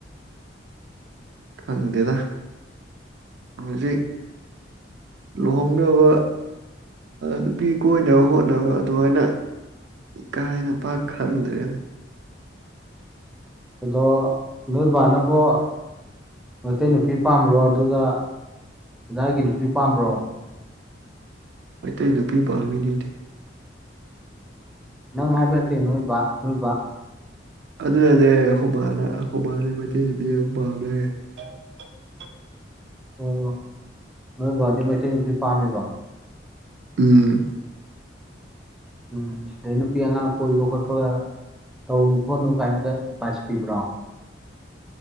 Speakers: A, on the right; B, in the centre.
A: ꯈꯪꯗ ꯇ ꯍꯧꯁꯨ ꯆꯩ ꯂꯨꯍꯣꯡꯅꯕ ꯅꯨꯄꯤ ꯀꯣꯏꯅꯕ ꯍꯣꯠꯅꯕ ꯑꯗꯨꯃꯥꯏꯅ ꯀꯥꯏꯦꯅ ꯄꯥꯛ ꯈꯟꯗ꯭ꯔꯦꯅꯦ
B: ꯑꯗꯣ ꯅꯣꯏ ꯥꯟꯅꯧꯕꯣ ꯃꯩꯇꯩ ꯅꯨꯄꯤ ꯄꯥꯝꯕ꯭ꯔꯣ ꯑꯗꯨꯒ ꯏꯗꯥꯏꯒꯤ ꯅꯨꯄꯤ ꯄꯥꯝꯕ꯭ꯔꯣ
A: ꯑꯇꯩ ꯅꯨꯄꯤ ꯄꯥꯝꯃꯤꯅꯤꯗꯤ
B: ꯅꯪ ꯍꯥꯏꯕ ꯅꯛꯀꯦ ꯅꯣꯏꯕ ꯅꯣꯏꯕ
A: ꯑꯗꯨꯅꯅꯦ ꯑꯩꯈꯣꯏꯕꯥꯅ ꯑꯩꯈꯕꯥꯅꯤ ꯃꯩꯇꯩ ꯅꯨꯄꯤ ꯑꯗꯨꯝ ꯄꯥꯝꯃꯦ ꯑ
B: ꯑꯣ ꯅꯣꯏ ꯗꯤ ꯃꯩꯇꯩ ꯅꯨꯄꯤ ꯄꯥꯝꯃꯦꯕ
A: ꯎꯝ
B: ꯎꯝ ꯗꯩꯅꯨꯄꯤꯌꯥ ꯀꯣꯏꯕ ꯈꯣꯠꯄꯒ ꯇꯧꯅꯨ ꯈꯣꯠꯅꯨ ꯀꯥꯏꯅꯒ ꯑꯦꯗꯚꯥꯏꯁ ꯄꯤꯕ꯭ꯔꯣ